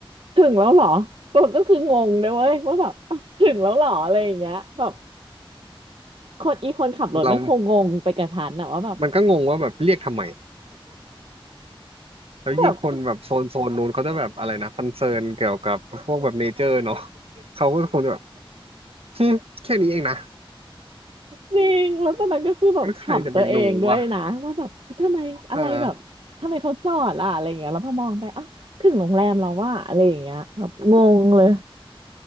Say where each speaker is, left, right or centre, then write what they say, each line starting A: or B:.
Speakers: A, on the right (about 65°); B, on the right (about 85°).
A: ถึงแล้วเหรอก็ก็คืองงเลยเว้ยว่าแบบอ้าวถึงแล้วเหรออะไรอย่างเงี้ยแบบคนอีคนขับรถมันคงงงไปกับฉันอะว่าแบบ
B: เรามันก็งงว่าแบบเรียกทำไม แล้วยิ่งคนแบบโซนโซนนู้นเขาจะแบบอะไรนะคอนเซิร์นเกี่ยวกับพวกแบบเนเจอร์เนาะ
A: <laughs>
B: เขาก็คงจะแบบฮึแค่นี้เองนะ
A: จริง แล้วตอนนั้นก็คือแบบขำตัวเองด้วยนะว่าแบบเฮ้ยทำไมอะไรแบบทำไมเขาจอดล่ะอะไรอย่างเงี้ยแล้วพอมองไปอ้าวถึงโรงแรมแล้วว่าอะไรอย่างเงี้ยแบบงงเลย
B: แล้วใครจะไปรู้อ่ะอ่า